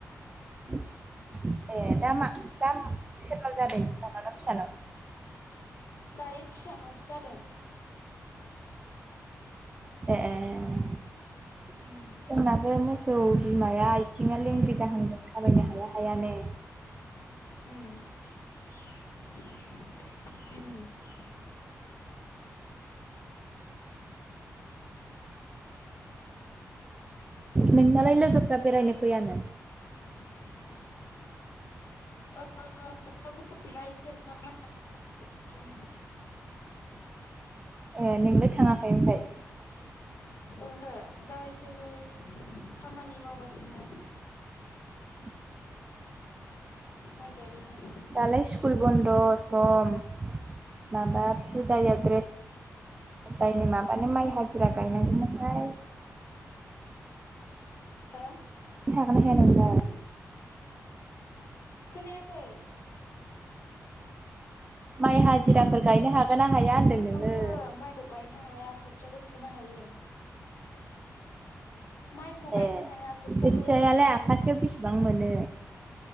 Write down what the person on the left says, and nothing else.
दायो फिसाानावसो जादों
उम
उम
<inaudible> आ द गस <unintelligible> अनो
ओहो दा इसोरबो खामानि मावगासिनोना
माइ गायबाय थादों
हो
खोनायाखै
ओहो
माइखौ गायनो हाया खोथियाखौ फुनो हायो माइखौ गायनो
हाया खोथियाखौलाय
फुनो हायो